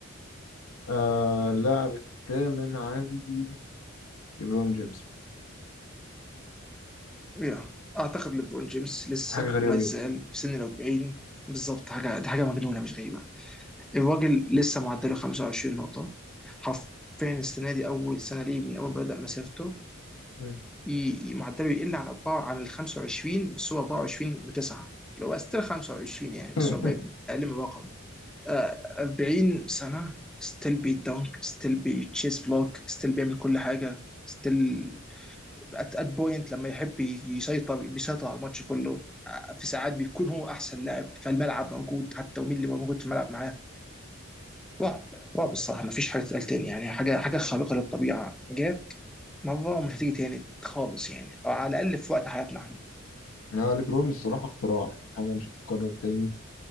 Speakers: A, on the left (about 80°); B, in the centre.
A: آه، اللاعب الثامن عندي ليبرون جيمس
B: يا اعتقد ليبرون جيمس لسه
A: حاجة غريبة
B: ما
A: جدا
B: زال في سن ال 40 بالظبط حاجه دي حاجه مجنونه مش غريبه الراجل لسه معدله 25 نقطة حرفيا السنة دي أول سنة ليه من أول ما بدأ مسيرته
A: مم.
B: ي- ي- معدله يقل عن أربعة عن ال 25 بس هو 24 وتسعة اللي هو ستيل 25 يعني
A: <laughs>
B: بس هو بقى أقل من رقم آه، 40 سنة ستيل بيدنك ستيل بيتشيز بلوك ستيل بيعمل كل حاجة ستيل ات ات بوينت لما يحب يسيطر بيسيطر على الماتش كله آه، في ساعات بيكون هو أحسن لاعب فالملعب موجود حتى ومين اللي موجود في الملعب معاه رعب رعب الصراحه ما فيش حاجه تتقال تاني يعني حاجه حاجه خارقه للطبيعه جت مره ومش هتيجي تاني خالص يعني او على الاقل في وقت حياتنا احنا
A: يعني ليبرون الصراحة اختراع يعني حاجة مش هتتكرر تاني